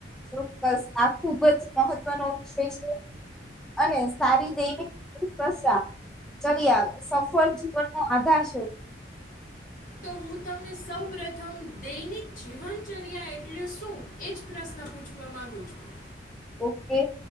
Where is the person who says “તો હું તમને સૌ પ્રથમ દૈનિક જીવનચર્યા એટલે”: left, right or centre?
Left